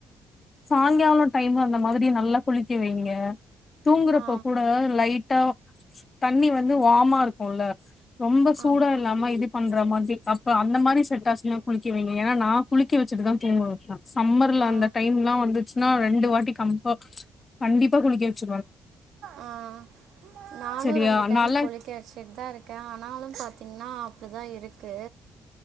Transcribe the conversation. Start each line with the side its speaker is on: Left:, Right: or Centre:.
Left: சாய்ங்காலம் டைம் அந்த மாதிரி நல்லா குளிக்க வைங்க தூங்குரப்பா
Right: ஆ
Left: கூட லைட் டா தண்ணி வந்து வாமா இருக்கும்ல ரொம்ப சூடா
Right: ஆமா
Left: இல்லாம இது பண் ணுற மாதிரி அப்ப அந்த மாரி செட்டாஸ்லாம் குளிக்க வைங்க ஏன்னா நான் குளிக்க வச்சுட்டுதான் தூங்க வப்பேன் சம்மருல
Right: ஆ
Left: அந்த லா வந்துச்சுன்னா ரெண்டு வாட்டி கம்ப கண்டிப்பா குளிக்க வச்சு
Right: ஆஹ் நானு
Left: சரியா
Right: ரெண்டு டைம்
Left: நல்லா
Right: குளிக்க வச்சுட்டு தான் இருக்கேன் ஆனாலும் பாத்தீங்கன்னா அப்டி தான் இருக்கு